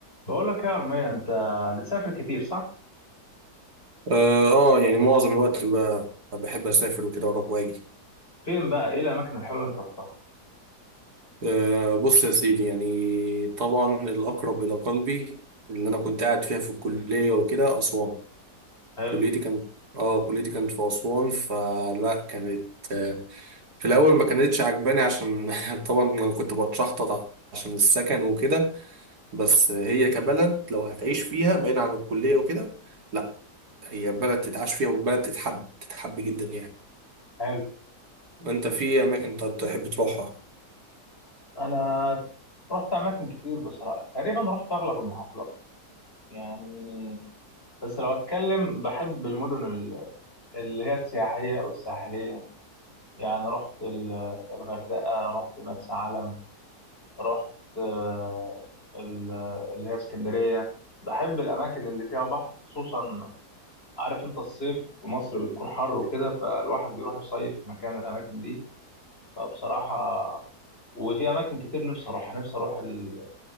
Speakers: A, on the left; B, on the right.
A: بقول لك يا أرمية أنت بتسافر كتير صح؟
B: اه آه، يعني معظم الوقت ب- بحب اسافر وكده واروح واجي
A: فين بقى؟ إيه الأماكن الحلوة اللي أنت رحتها؟
B: آه بص يا سيدي يعني طبعا الاقرب الى قلبي اللي انا كنت قاعد فيها في الكليه وكده اسوان
A: حلو
B: كليتي كانت اه كليتي كانت في اسوان فلا كانت آه في الاول ما كانتش عجباني عشان <laughs> طبعا أنا كنت بتشحطط عشان السكن وكده بس هي كبلد لو هتعيش فيها بعيد عن الكليه وكده لا هي بلد تتعاش فيها وبلد تتحب تتحب جدا يعني
A: حلو
B: وانت في اماكن طب تحب تروحها
A: أنا رحت أماكن كتير بصراحة تقريبا رحت أغلب المحافظات يعني بس لو أتكلم بحب المدن ال- اللي هي السياحية أو الساحلية يعني رحت ال- الغردقة رحت مرسى علم رحت آه، ال- اللي هي اسكندرية بحب الأماكن اللي فيها بحر خصوصا عارف انت الصيف في مصر بتكون حر وكده فالواحد بيروح يصيف في مكان من الاماكن دي فبصراحه وفي اماكن كتير نفسي اروح نفسي اروح ال...